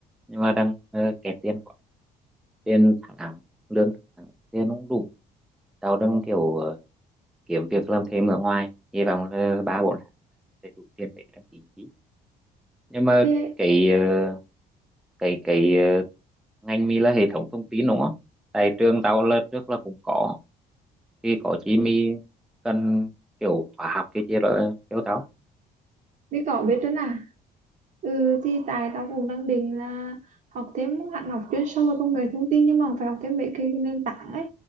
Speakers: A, in the centre; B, on the right.
A: nhưng mà đang ờ, kẹt tiền quá tiền tháng lương tháng tiền không đủ tao đang kiểu ờ, kiếm việc làm thêm ở ngoài hy vọng là ba bốn tháng sẽ đủ tiền để đăng ký thi nhưng mà
B: Ê,
A: cái ờ, cái cái ờ, ngành mi là hệ thống thông tin đúng không tại trường tao là trước là cũng có thì có chi mi cần kiểu khóa học cái chi rồi kêu tao
B: đi cỏ biết nữa nè Ừ thì tại tao cũng đang định là học thêm hẳn học chuyên sâu về công nghệ thông tin nhưng mà phải học thêm mấy cái nền tảng ấy